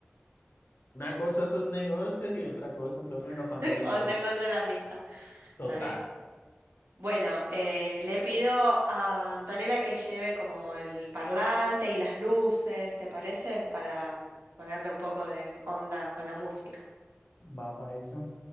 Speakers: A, on the left; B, on the right.
A: Una cosa son negocios y otra cosa son los
B: <laughs>
A: amigos.
B: Otra cosa es la amistad.
A: Total.
B: Está bien. Bueno, eh, le pido a Antonella que lleve como el parlante y las luces, ¿te parece? Para mm, ponerle un poco de onda con la música.
A: Va para eso.